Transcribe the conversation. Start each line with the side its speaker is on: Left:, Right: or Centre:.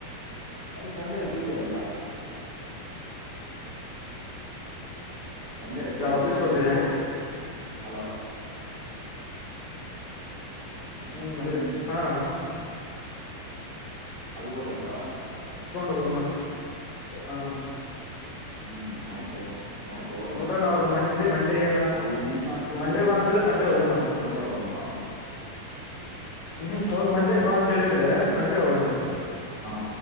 Right: ಅ ಸಂಡೆ ಸೂಟಿ ಅಲ್ವಾ. ಸಂಡೆ ರಜೆ ಇರುತ್ತೆ
Left: ಆಫೀಸ್ಗೆ ಹೋದ
Right: ಹಲೋ.
Left: ಹ್ಮ್ ಅದೇ
Right: ಹ್ಞೂ
Left: ಹಾ.
Right: ಅಲ್ಗೋಬೇಕಾ.
Left: ಕೊಂಡು ಬರೋಣ. ಹ
Right: ಹ್ಮ್ ಆಯ್ತು. ಆಯ್ತು ಹೋಗೋಣ
Left: ನೋಡೋಣ
Right: ಅಂತಬಿಡ್
Left: ಅವ್ರು ಮಂಡೆ ಮಂಡೆ ಏನ
Right: ಅಲ್ಲಿ ಮೀಟ್ ಮಾಡ್ಕೊಂಡ್
Left: ಮಂಡೆ
Right: ಬತದ.
Left: ಬಾ ಅಂದ್ರೆ ಸಂಡೆ ಹೋಗೋಣ
Right: ಮಂಡೇ ಹೋಗಣವಾ.
Left: ಹ್ಮ್ ಅವರು ಮಂಡೇ ಬಾ ಅಂತ ಹೇಳಿದ್ರೆ ಸಂಡೇ ಹೋಗೋಣ.
Right: ಹಾ